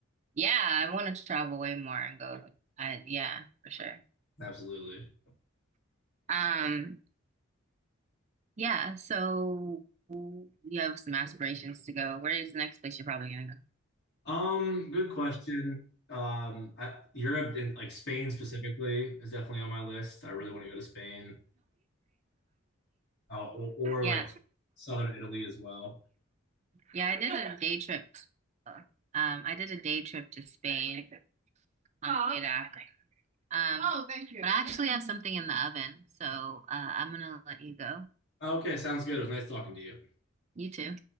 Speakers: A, on the right; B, on the left.
A: Yeah, I want to travel way more and go. I yeah, for sure.
B: Absolutely.
A: Um, yeah, so you have some aspirations to go. Where is the next place you're probably gonna
B: Um, good question. Um, I, Europe and like Spain specifically is definitely on my list. I really
A: go?
B: want to go to Spain, uh, or, or
A: Yeah.
B: like southern Italy as well.
A: Yeah, I did a day trip. Um, I did a day trip to Spain <laughs> on Oh, Um, but I actually have something in the oven, so uh, I'm gonna let you go.
B: Okay, sounds good. It was nice talking to you.
A: You too.